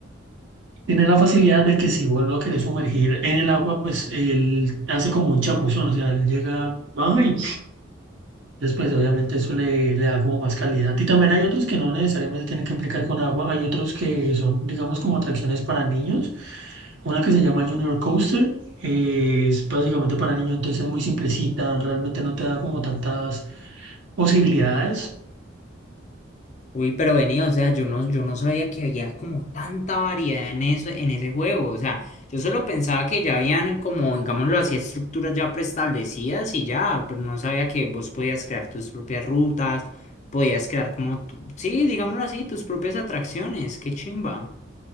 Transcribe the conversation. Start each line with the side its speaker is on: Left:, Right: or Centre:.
Right: tiene la facilidad de que si vos lo querés sumergir en el agua, pues, él hace como un chapuzón, o sea, él llega... baja y Después, obviamente, eso le, le da como más calidad. Y también hay otros que no necesariamente tienen que implicar con agua. Hay otros que son, digamos, como atracciones para niños. Una que se llama Junior Coaster. eh, es básicamente para niños, entonces es muy simplecita. Realmente no te da como tantas posibilidades.
Left: Uy, pero venía, o sea, yo no, yo no sabía que había como tanta variedad en eso, en ese juego. O sea, yo solo pensaba que ya habían como, digámoslo así, estructuras ya preestablecidas y ya, pero no sabía que vos podías crear tus propias rutas, podías crear como, tu- sí, digámoslo así, tus propias atracciones. Qué chimba.